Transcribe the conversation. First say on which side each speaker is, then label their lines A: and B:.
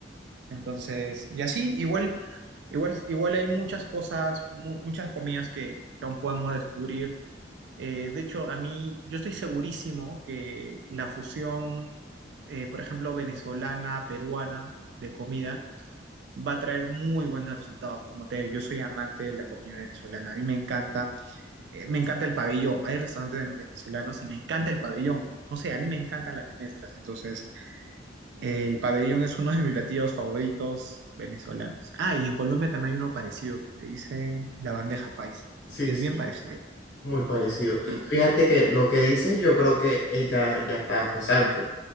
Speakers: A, on the right (about 65°); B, on the left (about 70°).
A: entonces, y así, igual, igual, igual hay muchas cosas, mu- muchas comidas que, que aún podemos descubrir. Eh, de hecho, a mí, yo estoy segurísimo que la fusión, eh, por ejemplo, venezolana, peruana de comida, va a traer muy buenos resultados. Como te digo, yo soy amante de la comida venezolana, a mí me encanta, eh, me encanta el pabellón. Hay restaurantes venezolanos y me encanta el pabellón. No sé, a mí me encantan las menestras, entonces... El pabellón es uno de mis platillos favoritos venezolanos. Ah, y en Colombia también hay uno parecido que le dicen la bandeja paisa,
B: <laughs> sí,
A: que es
B: sí,
A: bien parecido.
B: muy parecido.
A: Sí.
B: Fíjate que lo que dices yo creo que eh, ya, ya está pasando.